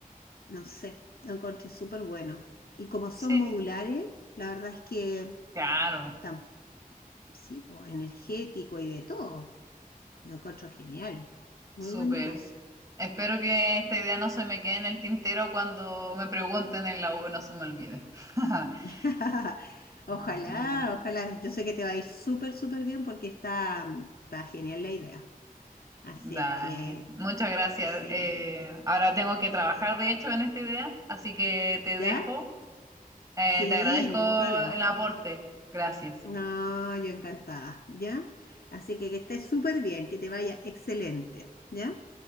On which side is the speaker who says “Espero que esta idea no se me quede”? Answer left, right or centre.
Right